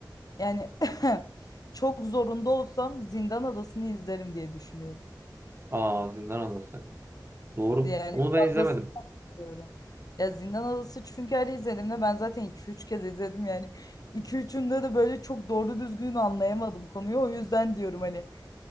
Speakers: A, on the left (about 55°); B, on the right (about 30°).
A: yani <laughs> çok zorunda olsam Zindan Adası'nı izlerim diye düşünüyorum.
B: Aa Zindan Adası. Doğru.
A: Yani
B: Onu ben
A: fazla
B: izlemedim.
A: sıkılıyorum. Ya Zindan Adası çünkü her izlediğimde ben zaten iki üç kez izledim yani. iki 3ünde de böyle çok doğru düzgün anlayamadım konuyu o yüzden diyorum hani.